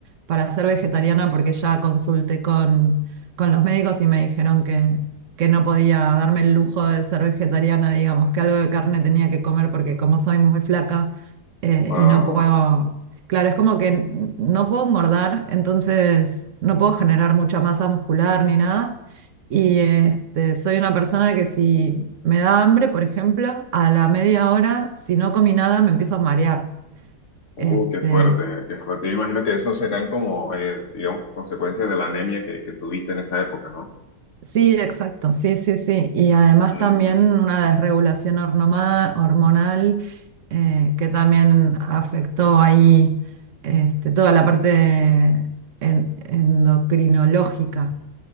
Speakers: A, on the right; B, on the left.
A: para ser vegetariana porque ya consulté con, con los médicos y me dijeron que, que no podía darme el lujo de ser vegetariana, digamos, que algo de carne tenía que comer porque como soy muy flaca eh,
B: Wow.
A: y no puedo... Claro, es como que n- no puedo engordar, entonces no puedo generar mucha masa muscular ni nada, y este, soy una persona que si me da hambre, por ejemplo, a la media hora, si no comí nada, me empiezo a marear.
B: Uh,
A: Este,
B: qué fuerte, qué fuerte. Yo imagino que eso serán como, eh, digamos, consecuencias de la anemia que, que tuviste en esa época, ¿no?
A: sí, exacto, sí, sí, sí. Y además
B: Mm,
A: también una desregulación hornoma- hormonal eh, que también afectó ahí este, toda la parte en- endocrinológica.